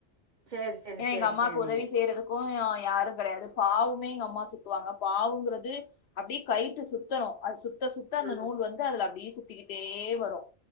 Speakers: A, on the right; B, on the left.
A: சேரி சேரி
B: ஏனா
A: சேரி
B: எங்க அம்மாக்கு
A: சேரி
B: உதவி செய்யறதுக்கும் யாரும் கிடையாது பாவுமே எங்க அம்மா சுத்துவாங்க பாவுங்கிறது அப்டியே கைட்டு சுத்தணும் அது சுத்த சுத்தசுத்த அந்த
A: ம்
B: நூல் வந்துஅதுல அப்படியே சு சுத்திக்கிட்டே வரும்